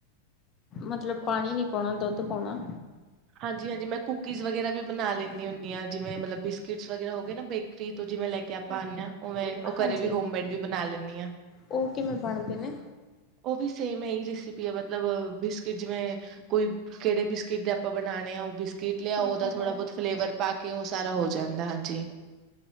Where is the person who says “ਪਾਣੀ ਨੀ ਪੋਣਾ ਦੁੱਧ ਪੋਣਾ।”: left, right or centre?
Left